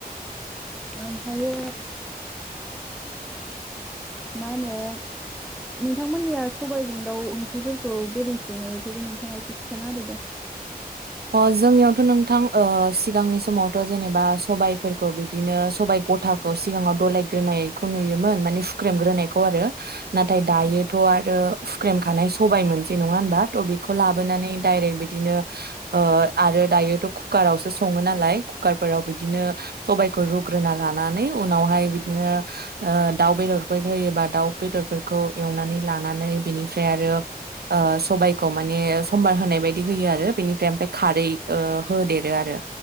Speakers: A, in the centre; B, on the right.
A: ओमफायो मा होनो नोंथांमोननिया सबायजों दाउ ओंख्रिफोरखौ बोरै सङो बेफोरखौ नोंथाङा एसे खिन्थाना होदो दे।
B: अ जोंनियावथ' नोंथां ओ सिगांनि समावथ' जेनेबा सबायाइफोरखौ बिदिनो सबाय गथाखौ सिगाङाव दलायग्रोनायखौ नुयोमोन माने सुख्रेमग्रोनायखौ
A: औ
B: आरो। नाथाय दायोथ' आर ओ सुख्रेमखानाय सबाय मोनसे नङा होनबा थ बेखौ लाबोनानै डायरेक्ट बिदिनो ओं आरो दायोथ' कुकारावसो सङो नालाय कुकारफोराव बिदिनो सबायखौ रुग्रोना लानानै उनावहाय बिदिनो ओ दाउ बेदरफोर होयोबा दाउ बेदरफोरखौ एवनानै लानानै बिनिफ्राय आरो ओ सबायखौ माने सम्बार होनाय बायदि होयो आरो। बेनिफ्राय ओमफ्राय खारै ओ होदेरो आरो।